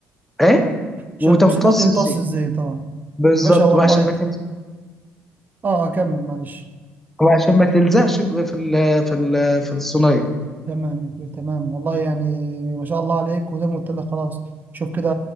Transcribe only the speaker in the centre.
ايه
وتمتص
الزيت
بالظبط
وعشان
ما تلزق
وعشان ما تلزقش ب- في ال في ال في الصينيه